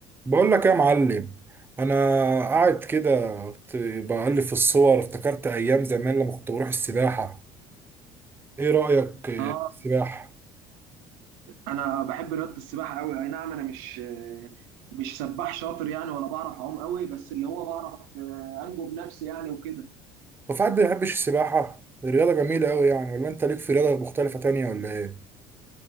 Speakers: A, on the right; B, on the right.
A: بقول لك يا معلم انا قاعد كده كنت بقلب في الصور افتكرت ايام زمان لما كنت بروح السباحه ايه رايك في
B: اه
A: السباحه
B: انا بحب رياضه السباحه قوي اي نعم انا مش مش سباح شاطر يعني ولا بعرف اعوم قوي بس اللي هو بعرف آه، انجو بنفسي يعني وكده
A: هو في حد ما يحبش السباحه الرياضه جميله قوي يعني ولا انت ليك في رياضه مختلفه تانية ولا ايه